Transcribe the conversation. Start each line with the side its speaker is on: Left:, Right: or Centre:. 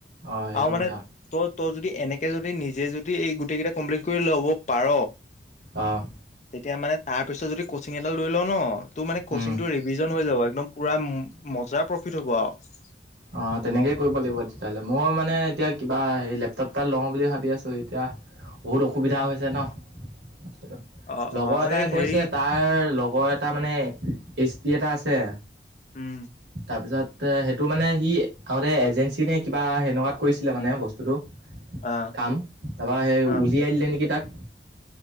Right: অঁ সেইটো
Left: আৰু মানে
Right: কথা,
Left: তই তই যদি এনেকে যদি নিজে যদি এই গোটেই কেইটা কমপ্লিট কৰি ল'ব পাৰ।
Right: অ',
Left: তেতিয়া মানে তাৰ পিছত যদি কচিং এটা লৈ লও ন তোৰ মানে কিচিং
Right: উম,
Left: তো ৰিভিজন হৈ যাব একদম পুৰা মজাৰ প্ৰফিট হ'ব আৰু
Right: অ তেনেকেই কৰিব লাগিব তেতিয়াহলে মই মানে এতিয়া কিবা হে লেপটপ এটা লওঁ বুলি ভাবি আছো এতিয়া, বহুত অসুবিধা হৈছে ন,
Left: অ
Right: লগৰ
Left: অ
Right: এটাই
Left: এই হেৰি
Right: কৈছে তাৰ লগ মোৰ এটা মানে এচটি এটা আছে।
Left: উম,
Right: তাৰপিছত সেইটো মানে সি আগতে এজেঞ্চি নে কিবা সেনেকুৱাত কৰিছিলে মানে বস্তুটো।
Left: অ
Right: কাম, তাৰপা সেই
Left: অ
Right: উলিয়াই দিলে নেকি তাক